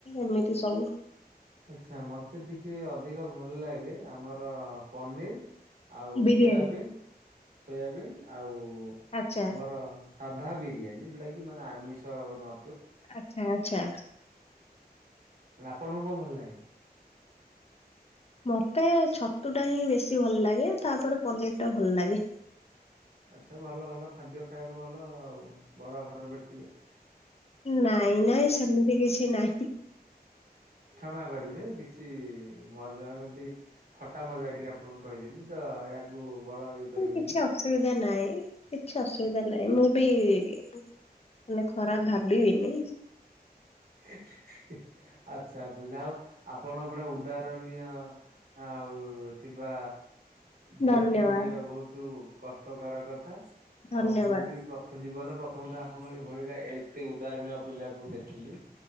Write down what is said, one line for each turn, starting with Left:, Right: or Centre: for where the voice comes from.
Left: ଏମିତି ସବୁ
Right: ଆଚ୍ଛା ମତେ ଟିକେ ଅଧିକ ଭଲଲାଗେ ଆମର ପନିର୍ ଆଉ
Left: ବିରିୟାନୀ
Right: ସୋୟାବିନ୍ ସୋୟାବିନ୍ ଆଉ
Left: ଆଚ୍ଛା।
Right: ଆମର ସାଧା ବିରିୟାନୀ ଯୋଉଟା କି ମାନେ ଆମିଷ ବ-ନ
Left: ଆଚ୍ଛା ଆଚ୍ଛା।
Right: ଆଁ ଆପଣଙ୍କୁ କଣ ଭଲଲାଗେ?
Left: ମତେ ଛତୁଟା ହିଁ ବେଶୀ ଭଲ୍ ଲାଗେ ତାପରେ ପନିର ଟା ଭଲଲାଗେ।
Right: ଆଛ ଭଲ ଭଲ ଖାଦ୍ୟ ଖାଇବାକୁ ଭଲ ଆଉ ବଡ ଘରର ବେଟିଆଉ।
Left: ନାଇଁ ନାଇଁ ସେମିତି କିଛି ନାହିଁ।
Right: କ୍ଷମା କରିବେ କିଛି ମଜା ଏମିତି ଥଟା ମଜାକରି ଆପଣଙ୍କୁ କହିଦେଲି। ତ ୟାକୁ ବଡ ଇଏ କରିବେନି।
Left: କିଛି ଅସୁବିଧା ନାହିଁ କିଛି ଅସୁବିଧା ନାହିଁ, ମୁଁ ବି ମାନେ ଖରାପ ଭାବିବିନି।
Right: <inaudible> ଆଚ୍ଛା ଆଚ୍ଛା ଯାହଉ ଆପଣକ ଭଳିଆ ଉଦାହରଣୀୟ ଆଉ ଥିବା ଝିଅଟି
Left: ଧନ୍ୟବାଦ
Right: ମିଳିବା ବହୁତ କଷ୍ଟକର କଥା,
Left: ଧନ୍ୟବାଦ।
Right: ଆଉ ମୁଁ ବି ପ୍ର ଥ ଜୀବନରେ ପ୍ରଥମତଃ ଆପଣ ଏଇଭଳିିକା ଏତେ ଉଦାହରଣୀଅ ପିଲାକୁ ଦେଖିଲି